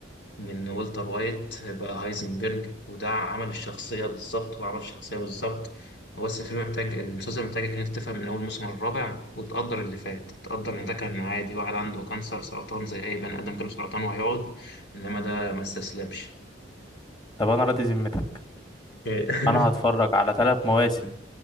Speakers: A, on the left; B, on the left.
A: من والتر وايت بقى هايزنبرج وده عمل الشخصية بالظبط وعمل الشخصية بالظبط هو بس الفيلم محتاج المسلسل محتاجك إن أنت تفهم من أول موسم الرابع وتقدر اللي فات تقدر إن ده كان عادي واحد عنده كانسر سرطان زي أي بني آدم جاله سرطان وهيقعد إنما ده ما استسلمش
B: طب أنا راضي ذمتك
A: <laughs>
B: أنا هتفرج على تلات مواسم